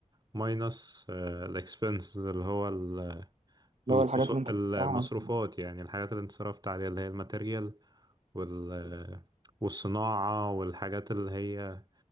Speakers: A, on the right (about 30°); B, on the right (about 55°).
A: ماينس الاكسبنسز اللي هو ال-
B: اللي
A: الخصو...
B: هو الحاجات اللي انت
A: المصروفات
B: بتدفعها عشان
A: يعني الحاجات اللي انت صرفت عليها اللي هي الماتيريال وال... آه، والصناعة والحاجات اللي هي